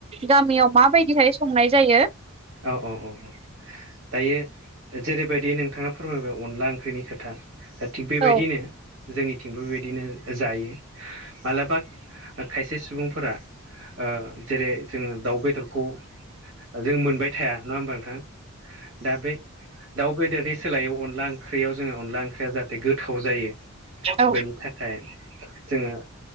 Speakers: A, on the right; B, on the right.
A: गामियाव माबायदिहाय संनाय जायो।
B: औ-औ-औ-औ। दायो जेरैबायदि नोंथाङा फोरमायबाय अनला ओंख्रिनि खोथा। दा थिग बेबायदिनो
A: औ
B: जोंनिथिंबो बेबायदिनो जायो मालाबा खायसे सुबुंफोरा ओ जेरै जोङो दाउ बेदरखौ जों मोनबाय थाया नङा होमबा नोंथां। दा बे दाउ बेदरनि सोलायै अनला ओंख्रियाव जोङो अनला ओंख्रिया जाहाथे गोथाव जायो
A: औ
B: बेनि थाखाय जोङो